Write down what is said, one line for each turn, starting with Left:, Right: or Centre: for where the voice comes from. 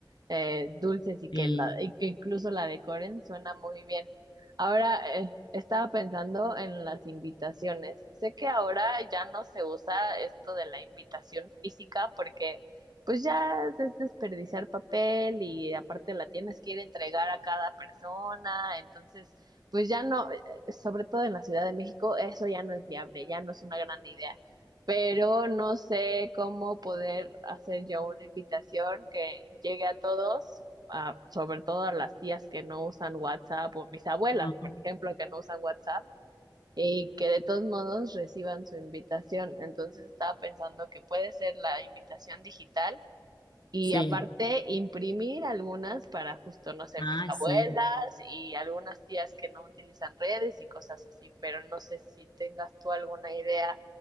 Right: eh, dulces y
Left: Sí.
Right: que, la- y que incluso la decoren, suena muy bien. Ahora, eh, estaba pensando en las invitaciones. Sé que ahora ya no se usa esto de la invitación física porque pues ya es desperdiciar papel y aparte la tienes que ir a entregar a cada persona, entonces pues ya no, eh, sobre todo en la Ciudad de México, eso ya no es viable, ya no es una gran idea pero no sé cómo poder hacer yo una invitación que llegue a todos, a- sobre todo a las tías que no usan WhatsApp o mis abuelas,
Left: Ujú.
Right: por ejemplo, que no usan WhatsApp y que de todos modos reciban su invitación. Entonces estaba pensando que puede ser la invitación digital y
Left: Sí.
Right: aparte, imprimir algunas para justo, no sé,
Left: ah
Right: mis abuelas
Left: sí.
Right: y algunas tías que no utilizan redes y cosas así, pero no sé si tengas tú alguna idea